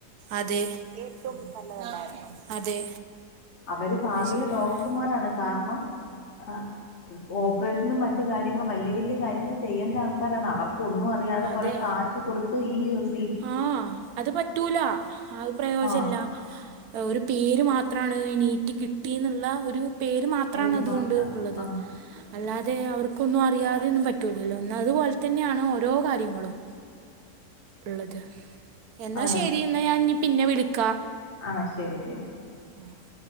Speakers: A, on the right (about 80°); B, on the left (about 50°).
A: അതെ ഏറ്റവും നല്ലതല്ലായിരുന്നോ? അതെ
B: അവര് ഭാവിയിലെ
A: അത് ശരിയാണ്
B: ഡോക്ടർമാരാണ് കാരണം അ ഓപ്പറേഷനും മറ്റു കാര്യങ്ങളും വല്ല്യേ വല്ല്യേ കാര്യങ്ങൾ ചെയ്യേണ്ട ആൾക്കാരാണ് അവർ ഒന്നും അറിയാതെ കുറെ
A: അതെ
B: കാശ് കൊടുത്ത് ഈ ഒസ്
A: ആഹ് അത് പറ്റൂല അത് പ്രയോജല്ല
B: ആ
A: ഒരു പേര് മാത്രാണ് നീറ്റി കിട്ടിന്ന്ള്ള ഒരു പേര് മാത്രാണ്
B: പേര്
A: അതുകൊണ്ട്
B: മാത്രാണ്
A: ഇള്ളത്
B: ആ
A: അല്ലാതെ അവർക്കൊന്നും അറിയാതെന്നും പറ്റൂല്ലല്ലോ അതുപോലെ തന്നെണ് ഓരോ കാര്യങ്ങളും ഇള്ളത് എന്നാ
B: ആ
A: ശരി എന്നാ ഞാൻ പിന്നെ വിളിക്കാ
B: ആഹ് ശെരിക്ക്
A: ആഹ്